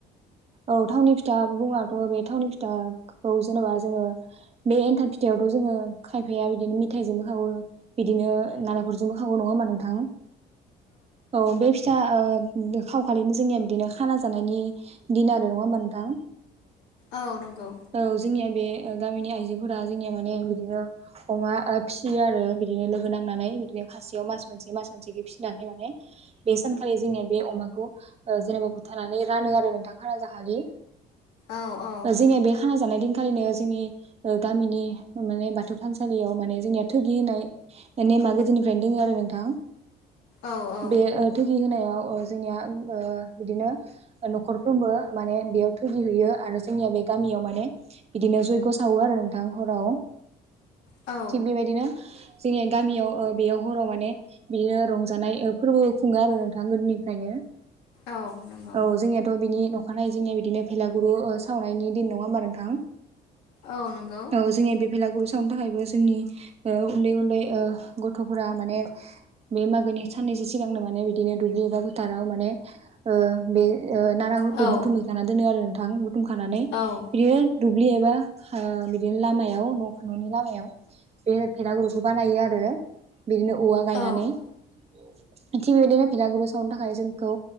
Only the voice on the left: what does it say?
औ नंगौ
औ औ
औ
औ
औ नंगौ
औ नंगौ
औ
औ
औ